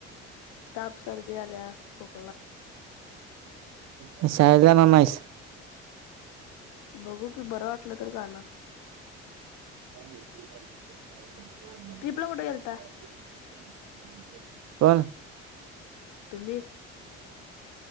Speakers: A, on the left; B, on the right.
A: ताप, सर्दी आल्या खूपऽऽ
B: म साळेत जाणार नाहीसऽ
A: बघू कि बरं वाटलं तर जाणार,
B: <unintelligible>
A: ट्रिपला कुठे गेलता
B: कोण
A: तुम्ही